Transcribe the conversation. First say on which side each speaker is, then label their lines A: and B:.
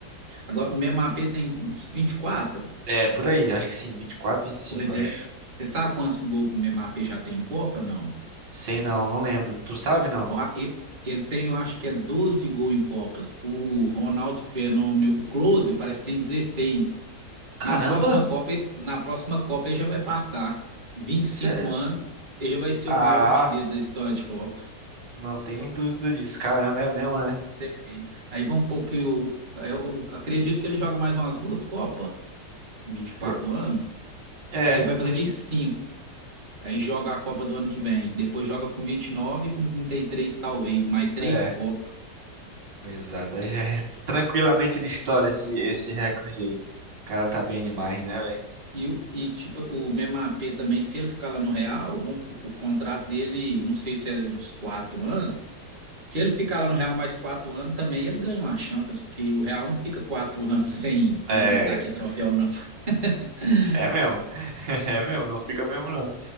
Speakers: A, on the right; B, on the right.
A: Agora, o Memapê tem uns vinte e quatro
B: É, por aí, acho que sim, 24, 25,
A: Pois
B: eu
A: é.
B: acho.
A: Você sabe quantos gols que o Memapê já tem em Copa? Não.
B: Sei não, não lembro. Tu sabe não?
A: Ó, e- Ele tem, eu acho que é 12 gols em Copas. O Ronaldo Fenômeno, o Close, parece que tem 16.
B: Caramba!
A: Na próxima Copa, ele- na próxima Copa ele já vai passar 25
B: Sério?
A: anos, ele já vai ser
B: Ah,
A: o maior artilheiro da história de Copa.
B: não tenho dúvida disso. Caramba, é mesmo, né?
A: Você vê. Aí vão um pouco. Eu, eu acredito que ele joga mais umas duas Copas, vinte e quatro
B: Pro-
A: anos.
B: É,
A: Ele vai fazer
B: acho.
A: vinte e cinco. Aí joga a Copa do ano que vem. Depois joga com 29, com 33 talvez, mais três
B: é.
A: Copas.
B: Exato. Aí já é <laughs> tranquilamente ele estoura esse, esse recorde aí. O cara tá bem demais, né, velho?
A: E, o- e tipo, o mesmo AP também, se ele ficar lá no Real, vamos p- o contrato dele, não sei se é uns quatro anos. Se ele ficar lá no Real mais quatro anos, também ele ganha uma Champions, porque o Real não fica quatro <laughs> anos sem levantar
B: É,
A: aqui troféu, não. <laughs>
B: é mesmo. <laughs> É mesmo, não fica mesmo não.